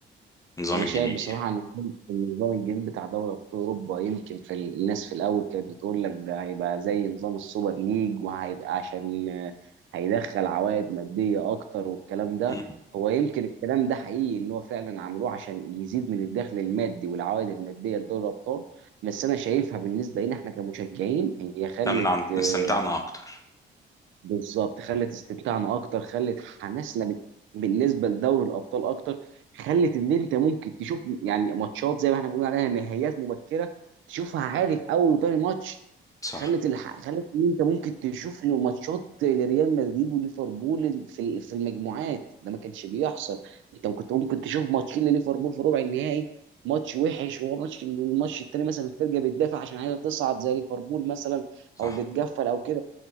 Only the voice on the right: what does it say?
انا
شايف بصراحه
ان النظام النظام الجديد بتاع دوري ابطال اوروبا يمكن في ال- الناس في الاول كانت بتقول لك ده هيبقى زي نظام السوبر ليج وهيبقى عشان آه، هيدخل عوائد ماديه اكتر والكلام ده
هو يمكن الكلام ده حقيقي ان هو فعلا عملوه عشان يزيد من الدخل المادي والعوائد الماديه لدوري الابطال بس انا شايفها بالنسبه لنا احنا كمشجعين هي خلت
آه،
بالظبط خلت استمتاعنا اكتر خلت حماسنا بال- بالنسبه لدوري الابطال اكتر خلت ان انت ممكن تشوف يعني ماتشات زي ما احنا بنقول عليها نهائيات مبكره تشوفها عادي في اول وتاني ماتش
خلت الح... خلت ان انت ممكن تشوف إن ماتشات لريال مدريد وليفربول في ال- في المجموعات ده ما كانش بيحصل انت كنت ممكن تشوف ماتشين لليفربول في ربع النهائي ماتش وحش وهو ماتش الماتش التاني مثلا الفرقه بتدافع عشان عايزه تصعد زي ليفربول مثلا
او بتقفل او كده